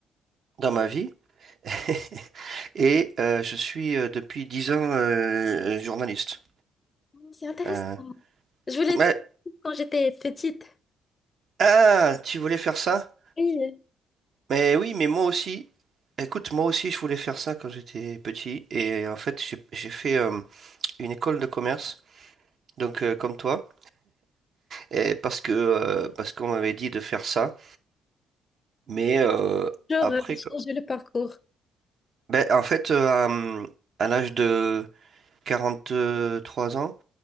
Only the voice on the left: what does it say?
C'est intéressant.
Je voulais
être quand j'étais petite.
Oui.
Genre,
euh,
changer le parcours.